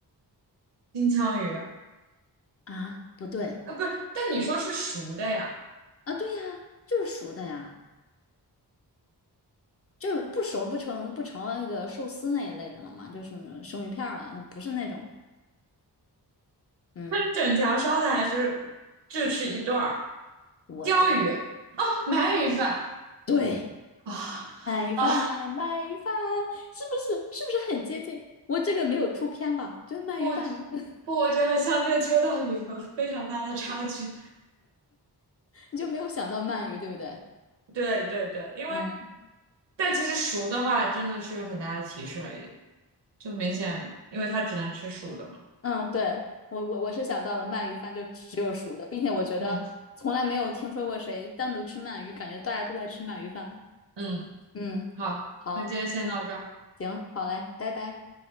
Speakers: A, on the right; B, on the left.
A: 金枪鱼。
B: 啊，不对
A: 啊，不是，但你说是熟的呀，
B: 啊，对呀，就是熟的呀。就不熟不成不成那个寿司那一类的了嘛，就什么生鱼片儿了，那不是那种。嗯，
A: 它是整条烧的还是就吃一段儿？
B: 我的
A: 鲷鱼，哦鳗鱼饭
B: 对，
A: 啊啊！
B: 鱼饭鳗鱼饭，是不是是不是很接近？我这个没有出片吧？就是鳗鱼饭，
A: 我
B: <laughs>
A: 不，我觉得和乡间秋刀鱼有非常大的差距。
B: 你就没有想到鳗鱼，对不对？
A: 对对对，因为
B: 嗯，
A: 但其实熟的话真的是有很大的提示了，就明显，因为它只能吃熟的嘛。
B: 嗯，对，我我我是想到了鳗鱼饭就只有熟的，并且我觉得从来没有听说过谁单独吃鳗鱼，
A: 嗯
B: 感觉大家都在吃鳗鱼饭。
A: 嗯，
B: 嗯，
A: 好，
B: 好，
A: 那今天先到这儿。
B: 行，好嘞，拜拜。